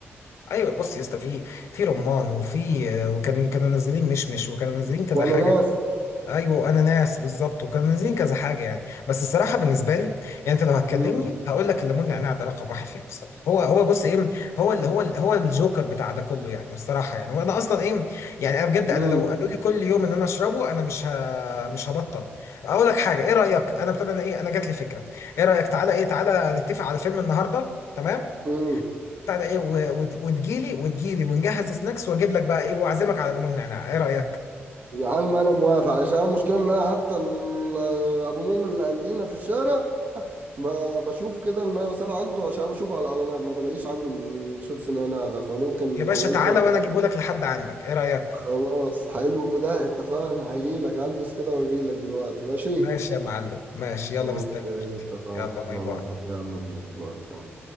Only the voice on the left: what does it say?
ايوه بص يا اسطى في في رمان وفي وكان كانوا منزلين مشمش وكانوا منزلين كذا
حاجه
ايوه انا ناس بالظبط وكانوا منزلين كذا حاجه يعني بس الصراحه بالنسبه لي يعني انت لو هتكلمني
هقول لك الليمون نعناع ده رقم واحد فيهم الصراحه هو هو بص ايه هو ال هو ال هو الجوكر بتاع ده كله يعني الصراحه يعني وانا اصلا ايه يعني انا بجد
انا لو قالوا لي كل يوم ان انا اشربه انا مش ه... مش هبطل اقول لك حاجه ايه رايك انا ابتدى انا ايه انا جات لي فكره ايه رايك تعالى ايه تعالى نتفق على فيلم النهارده تمام
بتاع ده ايه و- وت- وتجيلي وتجيلي ونجهز سناكس واجيب لك بقى ايه واعزمك على ليمون نعناع ايه رايك
يا باشا
تعالى
وانا اجيبه لك لحد عندك ايه رايك
ماشي يا معلم ماشي يلا
مستني
يلا باي باي